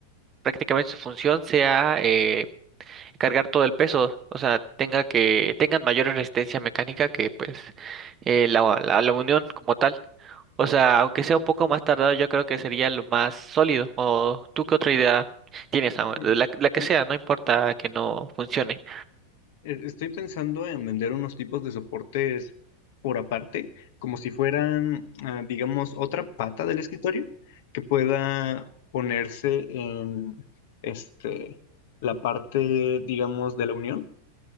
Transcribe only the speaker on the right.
prácticamente su función sea eh, cargar todo el peso, o sea, tenga que, tengan mayor resistencia mecánica que pues eh, la, la, la unión como tal. O sea, aunque sea un poco más tardado, yo creo que sería lo más sólido. ¿O tú qué otra idea tienes? Samuel?
La, la que
sea, no importa que no funcione.